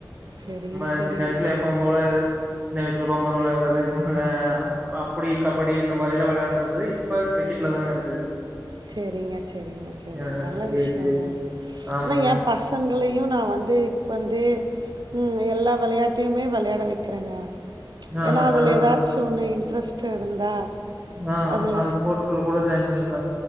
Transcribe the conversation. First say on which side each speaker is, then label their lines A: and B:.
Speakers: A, on the right (about 75°); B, on the right (about 20°).
A: சரிங்க
B: அம்ம
A: சரிங்க
B: சிட்ட வய்ஜுல எப்ப மோலே இது சின்ன வய்சுல பம்பரோ விளையாறது குண்டு அஅ அப் அப்படி கபடி இந்த மாரில்லா விளையாண்றது இப்ப க்ரிக்கெட்ல தாங்க இருக்குது
A: ச்செரிங்க ச்செரிங்க ச்செரிங்க
B: ஆ
A: நல்ல
B: சேரி
A: விஷ்யோங்க
B: சேரி ஆமாங்க
A: ஆனா ஏ பசங்களையு நா வந்து இப்பந்தே உம்அ எல்லா விளையட்டையுமே விளையாட வை கரங்க
B: ஆ
A: ஏன்னா அதுல
B: நல்லதுதாங்க.
A: ஏதாச்சு ஒன்னெய் ட்ரஸ்ட்டு இருந்தா
B: ஆ
A: அதுல
B: அது ஸ்போட்ஸுல கூட ஜாயான் பண்ணிக்லா